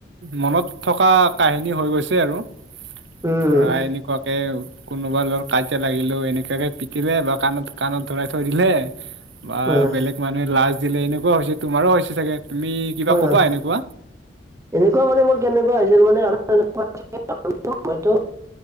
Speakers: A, on the right; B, on the right.
A: মনত থকা কাহিনী হৈ গৈছে আৰু
B: উম
A: ধৰা এনেকুৱাকে কোনোবা লৰ কাজিয়া লাগিলেও এনেকুৱাকে পিটিলে ব কানত কাণত ধৰাই থৈ দিলে বা
B: হয় হয়
A: বেলেগ মানুহে লাজ দিলে এনেকুৱা হৈছে তোমাৰো হৈছে। চাগে তুমি কিবা
B: হয়
A: ক'বা
B: হয়
A: এনেকুৱা।
B: এনেকুৱা মানে মোৰ কেনেকুৱা হৈছিল মানে <unintelligible>